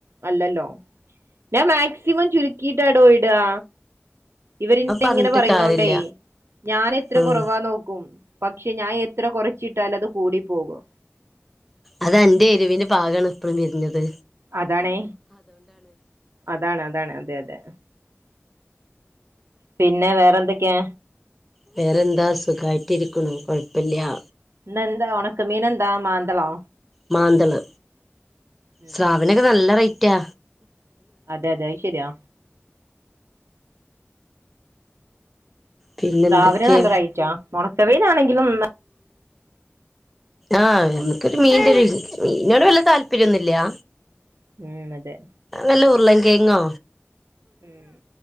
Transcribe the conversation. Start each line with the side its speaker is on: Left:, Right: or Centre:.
Right: അല്ലല്ലൊ ഞാൻ മാക്സിമം ചുരുക്കിട്ടാടൊ ഇടാ ഇവരിന്ന
Centre: അത് പറഞ്ഞിട്ട്
Right: ഇങ്ങന പറയുന്നോണ്ടെ
Centre: കാര്യല്ല
Right: ഞാൻ എത്ര
Centre: ഉം
Right: കൊറവാ നോക്കും പക്ഷെ ഞായെത്ര കൊറച്ചിട്ടാലു അത് കൂടി പോവ
Centre: അതന്റെ എരിവിന് പാകാണ് ഇപ്പളും വർണത്
Right: അതാണേ അതാണ് അതാണ് അതെ അതെ പിന്ന വേറെന്തൊക്കേ
Centre: വേറെന്താ സുഖായിട്ടിരിക്ക്ണു കൊഴപ്പല്ല്യാ
Right: ഇന്നെന്താ ഒണക്ക മീനെന്താ മാന്തളൊ
Centre: മാന്തള്
Right: ഉം
Centre: സ്ലാവിനൊക്ക നല്ല റയ്റ്റാ
Right: അതെ അതെ അയ് ശരിയാ
Centre: പിന്നെ എന്തൊക്കെ
Right: രാവിലെ നല്ലൊരയ്റ്റ ഒണക്ക മീനാണെങ്കിലും
Centre: ആഹ് ഇൻക്കൊരു മീന്റൊര്ത് മീന്നോട് വല്ല താല്പര്യൊന്നുല്ലാ
Right: ഉം അതെ
Centre: നല്ല ഉരുളൻകേങ്ങൊ
Right: ഉം